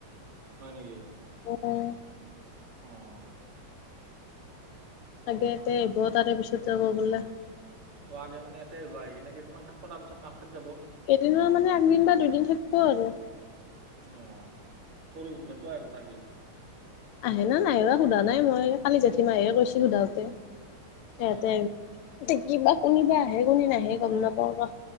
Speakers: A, on the right; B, on the left.
A: হয় নেকি?
B: উম।
A: উম।
B: আগে এতিয়া আহিব, তাৰেপিছত যাব বোলে।
A: অ', আগে মানে ইয়াতে আহিব, আহি কিনে কেইদিনমান থাকিব তাৰপিছত মাক <unintelligible> যাব।
B: কেদিনৰ মানে একদিন বা দুদিন থাকিব আৰু!
A: অ', সৰু ভিনদতো আহিব নাকি?
B: আহে নে নাহে সোধা নাই মই, কালি জেঠীমাই কৈছিল <unintelligible> সিহঁতে
A: উম
B: কিবা কোনবা আহে, কোনে নাহে গম নাপাওঁ ৰহ।